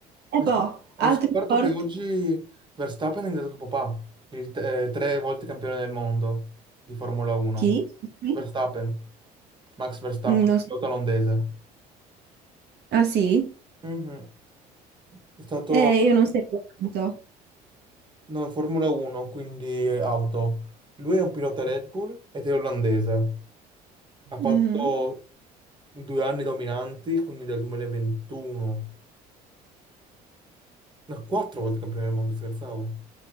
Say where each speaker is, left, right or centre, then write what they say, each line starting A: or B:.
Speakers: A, on the right; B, on the right.
A: E
B: Ho
A: boh,
B: scop-
A: altri
B: ho scoperto
A: portali?
B: che oggi Verstappen è diventato papà, il te- eh, tre volte campione del mondo di Formula 1.
A: Chi? Scusami.
B: Verstappen, Max Verstappen,
A: Non
B: pilota
A: so.
B: olandese.
A: Ah sì?
B: Mhm. È stato
A: Eh, io non seguo tanto.
B: no, Formula 1, quindi auto. Lui è un pilota Red Bull ed è olandese. Ha
A: Mhm.
B: fatto due anni dominanti, quindi dal 2021. No, quattro volte campione del mondo, scherzavo.